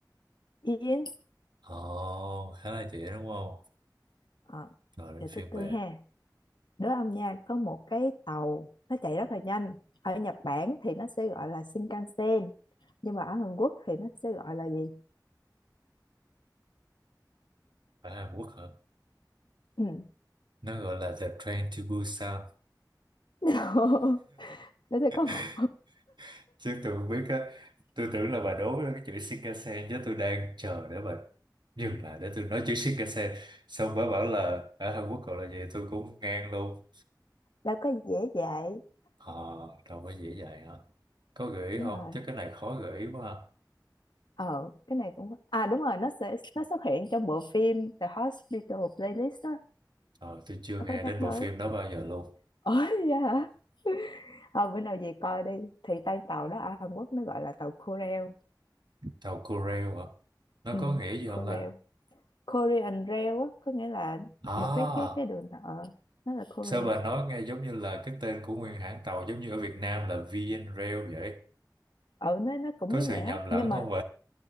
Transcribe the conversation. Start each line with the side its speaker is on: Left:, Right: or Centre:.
Left: Yến
Right: Ồ, khá là dễ đúng không?
Left: ờ
Right: Rồi đến
Left: giờ
Right: phiên
Left: tới tôi
Right: bà.
Left: ha đố ông nha có một cái tàu nó chạy rất là nhanh ở Nhật Bản thì nó sẽ gọi là Shinkansen nhưng mà ở Hàn Quốc thì nó sẽ gọi là gì
Right: Ở Hàn Quốc hả?
Left: ừ.
Right: Nó gọi là The Train to Busan.
Left: <laughs> để tôi
Right: <laughs>
Left: có một
Right: chứ tôi không biết á tôi tưởng là bà đố cái chữ Shinkansen chứ tôi đang chờ để bà dừng lại để tôi nói chữ Shinkansen xong bà bảo là ở Hàn Quốc gọi là gì tôi cũng ngang luôn
Left: để có dễ dạy
Right: ờ đâu có dễ vậy hả có gợi ý
Left: đúng
Right: không
Left: rồi
Right: chứ cái này khó gợi ý quá à.
Left: ờ cái này cũng à đúng rồi nó sẽ nó xuất hiện trong bộ phim The Hospital Playlist đó
Right: ờ tôi chưa
Left: nó
Right: nghe
Left: có
Right: đến
Left: nhắc
Right: bộ
Left: tới
Right: phim đó bao giờ luôn
Left: <laughs> ôi vậy hả ờ bữa nào về coi đi thì tay tàu đó ở Hàn Quốc nó gọi là tàu Korail
Right: tàu Corail hả nó
Left: ừ
Right: có nghĩa gì không
Left: Korail
Right: ta
Left: Korean Rail á có nghĩa là
Right: à
Left: một cái cái cái đường tàu ờ nó là Korail
Right: sao bà nói nghe giống như là cái tên của nguyên hãng tàu giống như ở Việt Nam là VN Rail vậy
Left: ờ nó nó cũng
Right: có
Left: như
Right: sự
Left: vậy
Right: nhầm
Left: á
Right: lẫn
Left: nhưng mà
Right: không